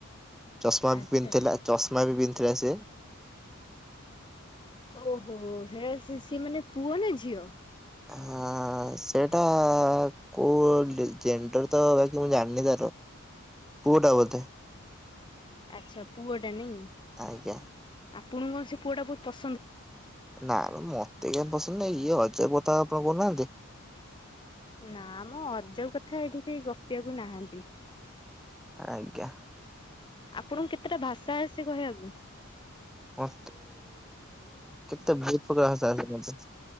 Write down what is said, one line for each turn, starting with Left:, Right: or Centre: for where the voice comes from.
Centre: ଚଷମା
Left: ଆଚ୍ଛା
Centre: ପିନ୍ଧିଥିଲା ଚଷମା ବି ପିନ୍ଧିଥିଲା ସେ।
Left: ଓହୋ ହେ ସେ-ସି-ସିଏ ମାନେ ପୁଅ ନା ଝିଅ?
Centre: ଆଁ ଆ ସେଇଟା କୋଉ ଜେଣ୍ଡର ତ ବାକି ମୁଁ ଜାଣିନି ତାର। ପୁଅ ଟା ବୋଧେ।
Left: ଆଛା ପୁଅ ଟା ନାଇଁ
Centre: ଆଜ୍ଞା।
Left: ଆପଣଙ୍କୁ ସେ ପୁଅ ଟା ବୋହୁତ ପସ
Centre: ନା ମତେ କାଉଁ ପସନ୍ଦ ନାଇଁ ଇଏ ଅଜବ୍ କଥା ଆପଣ କୋହୁନାହାନ୍ତି?
Left: ନା ମ ଅଜବ କଥା ଏଠି କେହି ଗପିବାକୁ ନାହାନ୍ତି।
Centre: ଆଜ୍ଞା।
Left: ଆପଣଙ୍କୁ କେତେଟା ଭାଷା ଆସେ? କହିବାକୁ?
Centre: ମତେ ତେ ବୋହୁତ୍ ପ୍ରକାର ଭାଷା ଆସେ ମତେ।